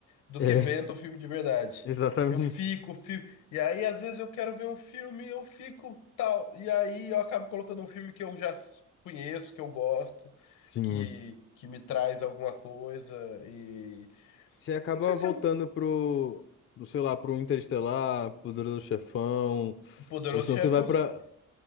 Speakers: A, on the left; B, on the left.
A: do
B: É,
A: que vendo o filme de verdade.
B: <laughs> exatamente.
A: Eu fico, fico. E aí, às vezes, eu quero ver um filme, eu fico tal. E aí, eu acabo colocando um filme que eu já s- conheço, que eu gosto,
B: Sim.
A: que, que me traz alguma coisa. E.
B: Você acaba
A: Não sei se
B: voltando
A: é um
B: pro, pro, sei lá, pro Interestelar, pro Poderoso Chefão,
A: Poderoso
B: ou senão
A: Chefão.
B: você vai pra,
A: se-